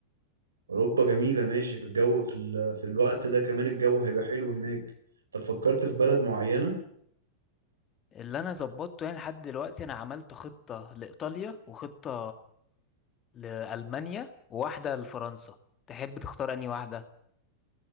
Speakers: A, on the right (about 75°); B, on the left (about 25°).
A: اوروبا جميلة ماشي في الجو في, ال... في الوقت ده كمان الجو هيبقى حلو هناك طب فكرت في بلد معينة
B: اللي انا ظبطته يعني لحد دلوقتي انا عملت خطه لايطاليا وخطه لالمانيا وواحده لفرنسا تحب تختار انهي واحده